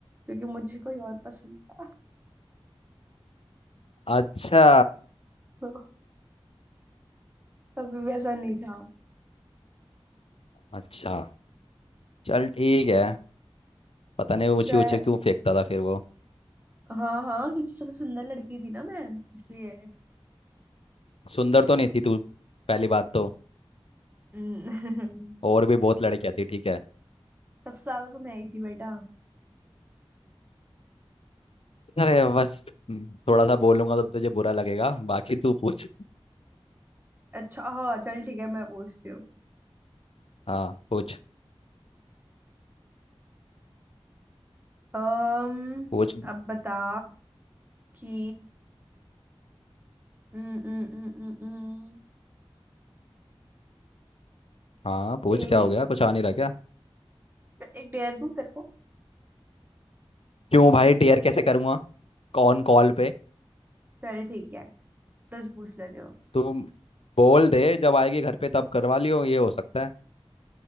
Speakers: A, on the right; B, on the left.
A: क्योंकि मुझे कोई और पसंद था <laughs>
B: अच्छा
A: तो कभी भी ऐसा नहीं था
B: अच्छा चल ठीक है पता नहीं ऊंची
A: चाहे
B: ऊंची क्यों फेंकता था फिर वो
A: हाँ हाँ क्योंकि सबसे सुंदर लड़की थी ना मैं इसलिए
B: सुंदर तो नहीं थी तू पहली बात तो
A: हम्म, <laughs>
B: और भी बहुत लड़कियां थी ठीक है
A: सबसे ज्यादा तो मैं ही थी बेटा
B: अरे बस हम्म, थोड़ा सा बोलूंगा तो तुझे बुरा लगेगा बाकी तू पूछ
A: अच्छा हाँ चल ठीक है मैं पूछती हूँ
B: हाँ पूछ
A: अम्म,
B: पूछ
A: अब बता कि हम्म, हम्म, हम्म, हम्म, हम्म,
B: हाँ पूछ
A: सीरीज
B: क्या हो गया कुछ आ नहीं रहा क्या
A: एक डेयर दूं तेरे को
B: क्यों भाई डेयर कैसे करूँगा कौन कॉल पे
A: चल ठीक है दस पूछ लेते हो
B: तुम बोल दे जब आएगी घर पे तब करवा लियो ये हो सकता है